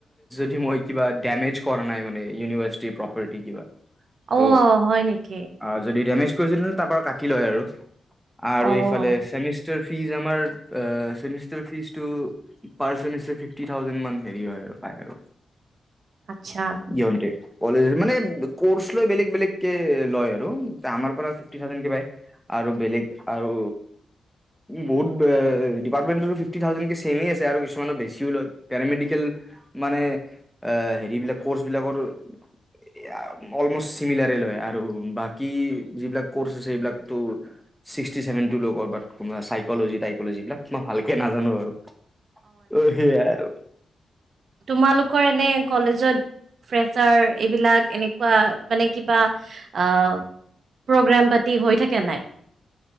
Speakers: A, in the centre; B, on the right.
A: য মই কিবা ডমেজ কৰা নাই ম ইউনিভাৰি প্ৰাৰ্টি কিবা ত
B: অ' হয় নেকি?
A: আ যদি ডমেজ <unintelligible> তা পা কাটি লয় আৰু আৰু
B: অ'
A: ইফালে ছেমিষ্টাৰ ফি টি যামাৰ এ ছেমিষ্টাৰ ফিছটো পাৰ ছেমিষ্টাৰ ফিফটি থাউজেণ্ড মান হেৰি হয় আৰু
B: আচ্ছা
A: জয়েন্তে কলেজ মানে কৰ্চ লয় বেলেগ বেলেগ কে লয় আৰু আমাৰ পৰা ফিফটি থাউজেণ্ড কে পায় আৰু বেলেগ আৰু বহুত ডিপাৰ্টমেন্টো ফিফটি থাউজেণ্ড ছেমে আছে আৰু কিছুমানে বেছিও লয় পেৰামেডিকেল। মানে অ হেৰিবিলাক কৰ্চবিলাকৰ এ আ অলমষ্ট চিমিলাৰে লয় আৰু বাকী যিবিলাক কৰ্চ আছে সেইবিলাকতো ছিক্টি চেভেন টু লগৰ বাট চাইক'জি টাইকল'জিবিলাক মই ভালকে নাজানো আৰু। অ সেইয়া আৰু
B: তোমালোকৰ এনে কলেজত ফেচাৰ এইবিলাক এনেকুৱা মানে কিবা আ প্ৰগ্ৰেম পাতি হৈ থাকে নাই?